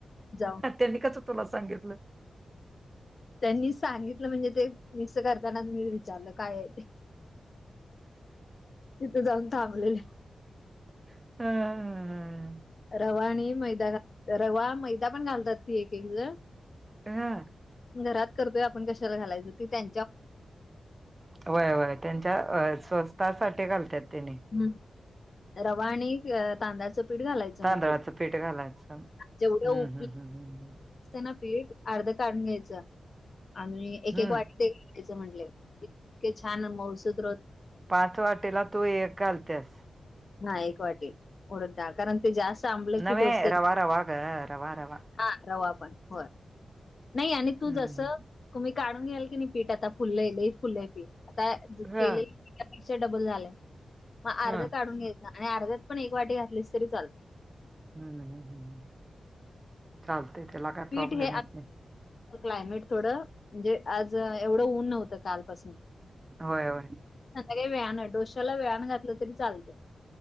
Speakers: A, on the left; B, on the right.
A: जाऊ
B: त्यांनी कसं तुला सांगितलं
A: त्यांनी सांगितलं म्हणजे ते मिक्स करताना मी विचारलं काय आहे ते तिथं जाऊन थांबलेले
B: हम् हम्म हम्मम
A: रवा आणि मैदााल रवा मैदा पण घालतात ती एक एक ज
B: ह
A: घरात करतोय आपण कशाला घालायचं तेी त्यां
B: वय वय त्यांच्या अ स्वस्थासाठी घालतात त्यांनी
A: हम् रवा आणि तांदळाचं पीठ घालायचं
B: तांदळाचं
A: म्हट
B: पीठ घालायचं
A: जेवढ
B: हम्म
A: उ
B: हम्म हम्म हम्म
A: ना पीठ अर्ध काढून घ्यायचं आणि एक
B: हम्म
A: एक वाटते
B: हम्म.
A: म्हट इतके छान महसूद
B: पाच वाटेला तू एक घालतेस
A: ह एक वाटीत उडत कारण ते जास्त आंबलं
B: नवेहे
A: की डोसे
B: रवा रवा रवा रवा
A: हा रवा पण हो नाही आणि तू
B: हम्म
A: जस तुम्ही काढून घ्याल की नाही पीठ आता फुललंले फुल आहे पीठ आता
B: ह
A: केले पेक्षाडबल झालंय मग
B: ह
A: अर्ध काढून घ्यायच आणि अर्ध्यात पण एक वाटी घातलीच तरी चालत
B: हम्म हम्म हम्म चालतय त्याला काय
A: पीठ
B: प्रॉब्लेम
A: हे
B: येत नाही
A: क्लायमेट थोडं म्हणजे आज एवढं ऊन नव्हतं कालपासून
B: होय होय
A: संधा काही व्यान आहे डोश्याला व्यान घातलं तरी चालतं